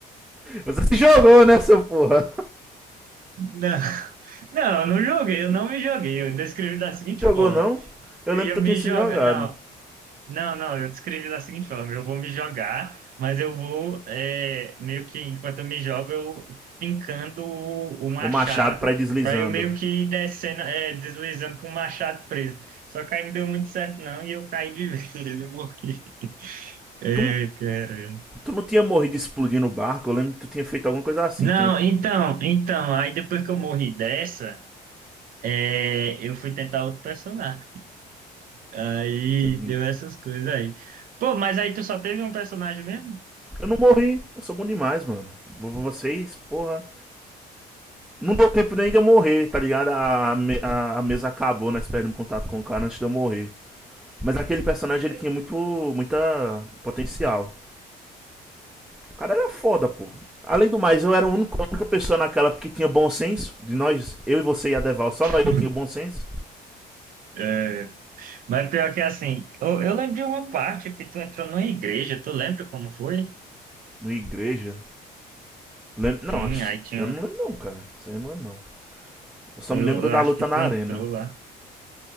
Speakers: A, in the centre; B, on the right (about 55°).
A: Você se jogou nessa porra.
B: Não, <laughs> não, eu não joguei, eu não me joguei. Eu descrevi da seguinte
A: Se jogou,
B: forma:
A: não? Eu
B: eu
A: lembro
B: ia
A: que
B: me
A: tu tinha se
B: jogar.
A: jogado.
B: Não, não, não, eu descrevi da seguinte forma: eu vou me jogar, mas eu vou, é, meio que enquanto eu me jogo, eu fincando o, o machado,
A: O machado pra ir deslizando.
B: pra eu meio que ir descendo, é, deslizando com o machado preso. Só que aí não deu muito certo, não, e eu caí de <laughs> vez e morri. Ei,
A: Tu,
B: cara.
A: Tu não tinha morrido explodindo o barco? Eu lembro que tu tinha feito alguma coisa assim.
B: Não,
A: Tem...
B: então, então, aí depois que eu morri dessa, é, eu fui tentar outro personagem. Aí
A: Eu
B: deu essas coisas aí. Pô, mas aí tu só teve um personagem mesmo?
A: não morri. Eu sou bom demais, mano. Vocês, porra. Não deu tempo nem de eu morrer, tá ligado? A, me- a- mesa acabou, nós perdemos contato com o cara antes de eu morrer. Mas aquele personagem, ele
B: É.
A: tinha muito muita potencial. O cara era foda, pô. Além do mais, eu era o único- a única única pessoa naquela que tinha bom senso. De nós, eu e você e a Deval, só nós
B: <laughs>
A: eu tinha bom senso.
B: É, mas pior que assim, eu, eu lembro de uma parte que tu entrou numa igreja, tu lembra como foi?
A: No igreja. Lem- Não,
B: Sim, aí tinha.
A: eu não lembro não, cara. Isso aí eu não lembro não. Eu só
B: Eu,
A: me lembro
B: eu
A: da
B: acho
A: luta
B: que tu
A: na arena.
B: entrou lá.